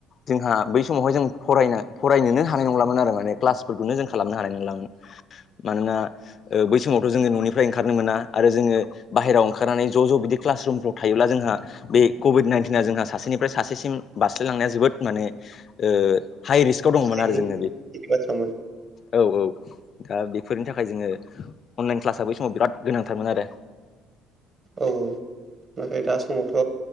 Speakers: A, on the left (about 45°); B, on the right (about 35°).
A: जोंहा बै समावहाय जों फरायनो फरायनोनो हानाय नंलामोन आरो माने क्लासफोरखौनो जों खालामनो हानाय नंलामोन मानोना बै सम समावथ जों ननि फ्राय ओंखारनो मोना आरो जोङो बाहेराव ओंखारनानै ज ज बिदि क्लास रुमफ्राव थायोब्ला जोंहा बे कभिड नाइनटिना जोंहा सासेनिफ्राय सासेसिम बारस्लायलांनाया जोबोद माने ओ हाइ रिस्कआव दंमोन
B: गिनायनि
A: आरो जों
B: गिनाय
A: बे
B: बाथ्रामोन
A: औ औ दा बेफोरनि थाखाय जोङो अनलाइन क्लासआ बै समाव बिराद गोनांथारमोन आरो
B: औ नाथाय दा समावथ